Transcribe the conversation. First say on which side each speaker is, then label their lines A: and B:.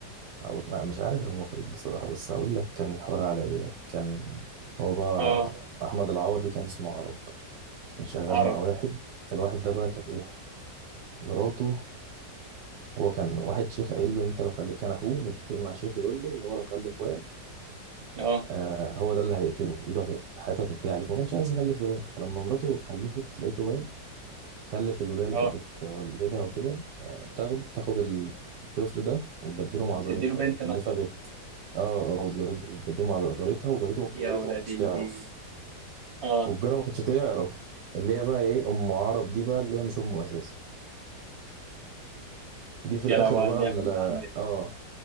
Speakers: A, on the right; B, on the right.
A: أقول... لا مش عارف المخرج بصراحة بس اقول لك كان الحوار على ايه كان هو بقى
B: اه
A: احمد العوضي كان اسمه عرب كان شغال
B: عرب
A: مع واحد الواحد ده بقى كانت ايه مراته هو كان واحد شيخ قايل له انت لو خلي كان اخوه متفق مع شيخ يقول له ان هو لو خلف واد
B: اه
A: آه هو ده اللي هيقتله ايده هت- حياته هتنتهي عليه فما كانش عايز يخلف ولاد فلما مراته خلفت لقيته واد خلت الولية اللي
B: اه
A: كانت بتولدها وكده تاخد تاخد الطفل ده وتبدله مع
B: وتديله
A: جارتها
B: بنت
A: اللي مخلفة
B: مثلا
A: بنت اه اه وتجارت- وتبدله مع جارتها وجارته
B: يا
A: جارتها
B: ولاد
A: ما كانتش
B: الايه
A: تعرف
B: اه
A: والجارة ما كانتش تعرف اللي هي بقى ايه ام عرب دي بقى اللي هي مش امه اساسا جه في
B: يا
A: الاخر
B: لهو على
A: بقى
B: اللعبة
A: ال-
B: اللي اتعملت
A: اه